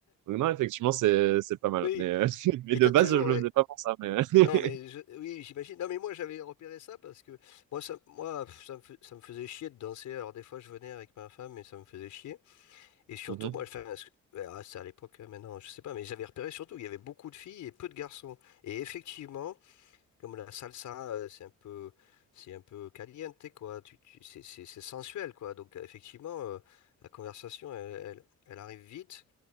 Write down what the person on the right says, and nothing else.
donc non, effectivement, c'est c'est pas mal.
Mais, euh, <laughs> mais
de
base,
je le
faisais pas pour ça. Mais... <laughs>
Mhm.